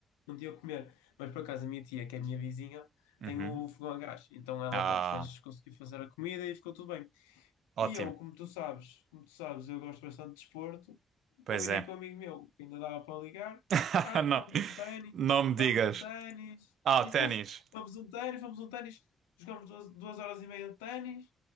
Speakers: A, on the left; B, on the right.
A: Não tinha o que comer. Mas por acaso a minha tia, que é a minha vizinha,
B: Uhum.
A: tem o fogão a gás. Então ela,
B: Ah,
A: pronto, fez, conseguiu fazer a comida e ficou tudo bem.
B: ótimo.
A: E eu, como tu sabes, como tu sabes, eu gosto bastante de desporto.
B: Pois
A: Combinei
B: é.
A: com um amigo meu que ainda dava para ligar.
B: <laughs>
A: Ah,
B: Não,
A: vamos um ténis,
B: não me digas.
A: vamos um ténis.
B: Ah,
A: Exato,
B: ténis.
A: <laughs> vamos um ténis, vamos um ténis. Jogamos duas, duas horas e meia de ténis.